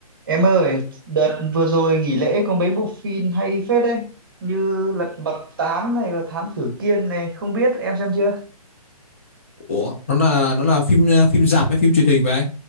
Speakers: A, on the right; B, on the left.
A: Em ơi, đợt vừa rồi nghỉ lễ có mấy bộ phim hay phết đấy, như Lật Mặt tám này và Thám Tử Kiên này, không biết em xem chưa?
B: Ủa, nó là nó là phim ờ, phim rạp hay phim truyền hình vậy anh?